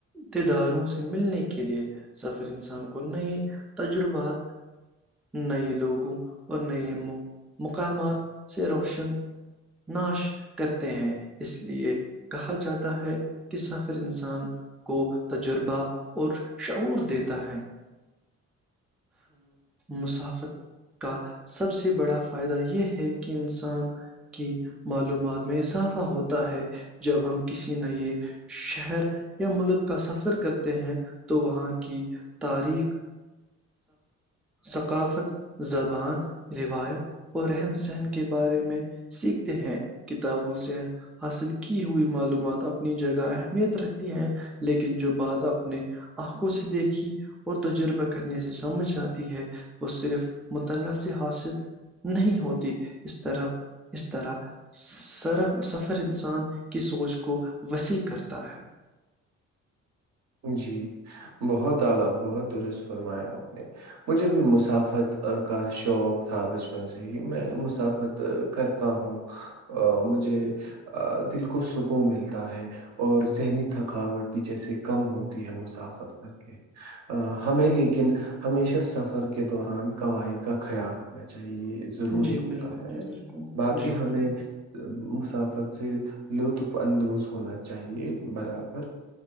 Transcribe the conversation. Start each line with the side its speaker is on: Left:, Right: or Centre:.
Centre: د داروں سے ملنے کے لیے سفر انسان کو نہیںئے تجربات نئے لوگوں اور نئے مقامات سے روشن ناش کرتے ہیں اس لیے کہا جاتا ہے کہ سفر انسان کو تجربہ اور شعور دیتا ہے مسافت کا سب سے بڑا فائدہ یہ ہے کہ انسان کی معلومات میں اضافہ ہوتا ہے جب ہم کسی ن یہ شہر یا ملک کا سفر کرتے ہیں تو وہاں کی تاریخ ثقافت زبان روایت اور رہن سہن کے بارے میں سیکھتے ہیں کتابوں سے حاصل کی ہوئی معلومات اپنی جگہ اہمیت رکھتی ہیں لیکن جو بات اپنے آنکھوں سے دیکھی اور تجربہ کرنے سے سمجھ آتی ہے وہ صرف مطعہ سے حاصل نہیں ہوتی اس طرح اس طرح سرا سفر انسان کی سوچ کو وسیع کرتا ہے
Right: جی بہت اعلی بہت درست فرمایا آپ نے مجھے بھی مسافت کا شوق تھا بچپن سے میں مسافت کرتا ہوں مجھے دل کو سکون ملتا ہے اور ذہنی تھکاوٹ بھی جیسے کم ہوتی ہے مسافت کر کے ہمیں لیکن ہمیشہ سفر کے دوران قواعد کا خیال رکھنا چاہے یہ ضروری
Centre: جی
Right: ہوتا
Centre: بالکل
Right: ہے
Centre: جی بالکل
Right: باقی
Centre: جی بالکل
Right: ہمیں مسافت سے لطف اندوز ہونا چاہیے برابر